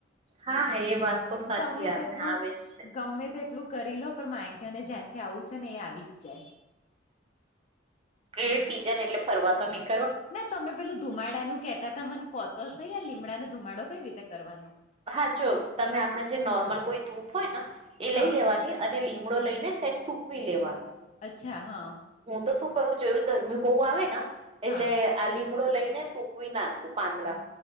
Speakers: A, on the right (about 30°); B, on the left (about 35°).
A: હા એ વાત તો સાચી
B: ગમે
A: આપને
B: તેટલું
A: આવે જ
B: ગમે તેટલૂ કરી લો પણ માખીઓને જ્યાંથી આવું છે ને એ આવી જ જાય.
A: એ સીઝન એટલે ફરવા તો નીક
B: ના તમે પેલું ધુમાડા નું કેહતા તા મને કોતો સહિ આ લીમડાનો ધુમાડો કઈ રીતે કરવાનો?
A: હા જો તમે આપણે જે નોર્મલ કોઈ ધૂપ હોય ને એ લઈ
B: હા
A: લેવાની. અને લીમડો લઈને સેજ સુકવી લેવાનું.
B: અચ્છા હા.
A: હું તો શું કરું જેવી ગરમી બહુ આવે ને એટલે
B: હા
A: આ લીમડો લઈને સુકવી નાખું પાંદડા